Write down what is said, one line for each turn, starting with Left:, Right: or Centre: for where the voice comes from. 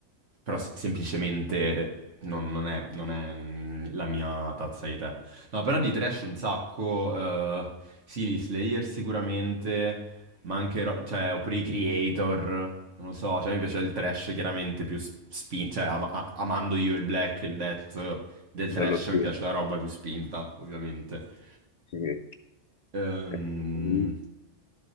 Right: però se- semplicemente non, non è, non è, mm, la mia tazza di tè. No, però di trash un sacco, eh, sì, gli Slayer sicuramente, ma anche, ro- cioè, oppure i Creator, non lo so, cioè mi piace il trash chiaramente più s- spin, cioè am- a- amando io il black e il death del
Left: Bello,
Right: trash mi
Left: sì,
Right: piace la roba più spinta, ovviamente.
Left: sì.
Right: Ehm,
Left: Eh, mm,